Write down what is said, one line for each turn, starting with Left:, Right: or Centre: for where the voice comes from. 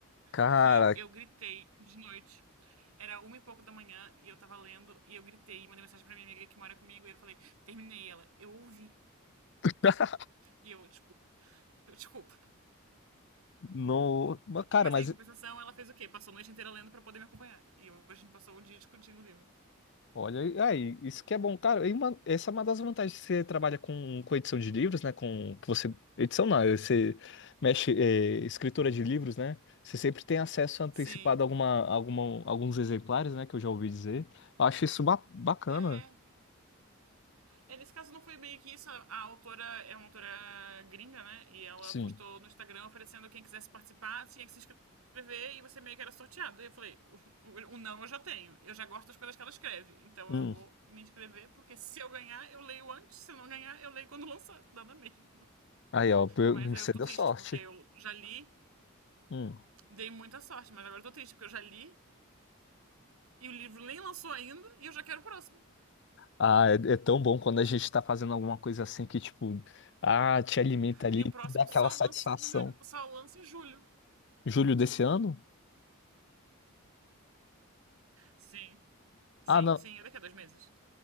Left: cara,
Right: que eu gritei de noite. Era uma e pouco da manhã e eu tava lendo e eu gritei e mandei mensagem pra minha amiga que mora comigo e eu falei, terminei ela. Eu ouvi.
Left: <laughs>
Right: E eu, desculpa. Eu desculpa.
Left: não, Mas, Cara,
Right: Mas
Left: mas
Right: aí, em compensação, ela fez o quê? Passou a noite inteira lendo pra poder me acompanhar. E hoje a gente passou o dia discutindo o livro.
Left: Olha, e- aí, isso que é bom, cara. e uma- essa é uma das vantagens que você trabalha com, com edição de livros, né? Com que você edição não, é você mexe é, escritora de livros, né? Você sempre tem acesso antecipado
Right: Sim.
Left: a alguma, alguma, alguns exemplares, né? Que eu já ouvi dizer. Eu acho isso ba- bacana.
Right: É, é, nesse caso não foi meio que isso. A a autora é uma autora gringa, né? E ela
Left: Sim.
Right: postou no Instagram oferecendo quem quisesse participar, tinha que se inscrever e você meio que era sorteado. E eu falei, o, o, o não eu já tenho. Eu já gosto das coisas que ela escreve. Então
Left: Hum.
Right: eu vou me inscrever, porque se eu ganhar, eu leio antes. Se eu não ganhar, eu leio quando lançar. Dá na mesma.
Left: Aí, ó, pe-
Right: Mas
Left: você
Right: eu tô
Left: deu
Right: triste,
Left: sorte.
Right: porque eu já li,
Left: Hum.
Right: dei muita sorte. Mas agora eu tô triste, porque eu já li, E o livro nem lançou ainda e eu já quero o próximo.
Left: Ah, é, é tão bom quando a gente tá fazendo alguma coisa assim que tipo, ah, te alimenta ali,
Right: E o próximo
Left: dá aquela
Right: só
Left: satisfação.
Right: lança, no meu- só lança em julho.
Left: Julho desse ano?
Right: Sim. Sim,
Left: Ah, não.
Right: sim, é daqui a dois meses.